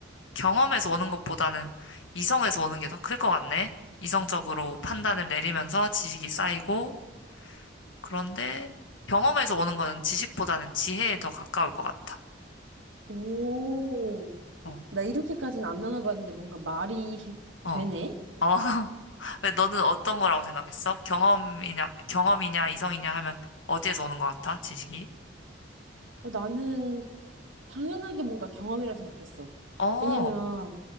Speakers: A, on the left; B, on the right.
A: 경험에서 오는 것보다는 이성에서 오는 게 더 클 것 같네? 이성적으로 판단을 내리면서 지식이 쌓이고 그런데 경험에서 오는 거는 지식보다는 지혜에 더 가까울 것 같아.
B: 오.
A: 어,
B: 나 이렇게까지는 안 나눠봤는데 뭔가 말이 <laughs>
A: 어,
B: 되네?
A: 어. <laughs> 왜 너는 어떤 거라고 생각했어? 경험이냐, 경험이냐, 이성이냐 하면 어디에서 오는 것 같아? 지식이?
B: 어, 나는 당연하게 뭔가 경험이라 생각했어.
A: 어,
B: 왜냐면